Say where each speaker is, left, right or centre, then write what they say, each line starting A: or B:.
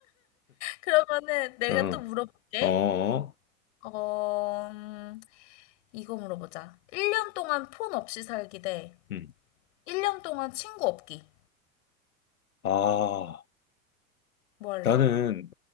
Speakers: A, on the left; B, on the left.
A: 그러면은 내가
B: <laughs>
A: 또 물어볼게.
B: 어 어,
A: 어, 음, 이거 물어보자. 1년 동안 폰 없이 살기 대
B: 음.
A: 1년 동안 친구 없기.
B: 아
A: 뭐 할래?
B: 나는